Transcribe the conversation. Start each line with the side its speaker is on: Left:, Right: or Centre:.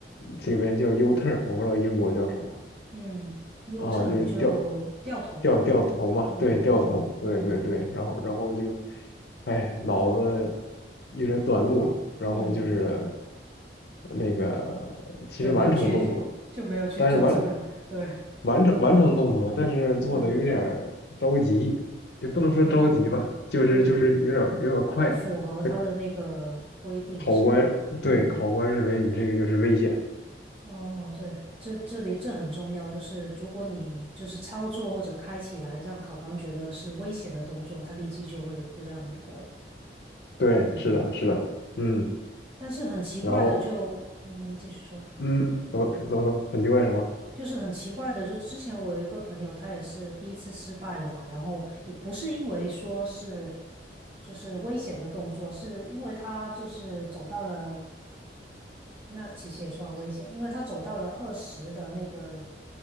Left: 这边叫 U turn，我不知道英国叫什么。
Right: 嗯，U
Left: 啊，
Right: turn
Left: 就是掉
Right: 就掉头吧，
Left: 掉掉头嘛，
Right: 掉头。嗯嗯嗯
Left: 对，掉头，对对对，然后然后就，哎，脑子有点短路了，然后就是
Right: 嗯，
Left: 那个其实完成动作了，
Right: 就没有去 <laughs> 就没有去做这个。
Left: 但是完
Right: 对，
Left: 完成完成动作了，但是做的有点儿着急，
Right: 嗯，
Left: 也不能说着急吧，
Right: 哦，
Left: 就是就是有点有点快，
Right: 嗯，不符合他的那个规定是吧？
Left: 那考官对考官认为你这个就是危险，
Right: 嗯，哦，对，这这里这很重要，就是如果你就是操作或者开起来让考官觉得是危险的动作，他立即就会不让你过的。
Left: 对，
Right: 嗯，
Left: 是的，是的，嗯，
Right: 但是很奇怪的就，
Left: 然后。
Right: 嗯，您继续说。
Left: 嗯，怎么怎么说？很奇怪什么？
Right: 就是很奇怪的，就之前我有一个朋友，他也是第一次失败了嘛，然后也不是因为说是就是危险的动作，是因为他就是走到了。那其实也算危险，因为他走到了二十的那个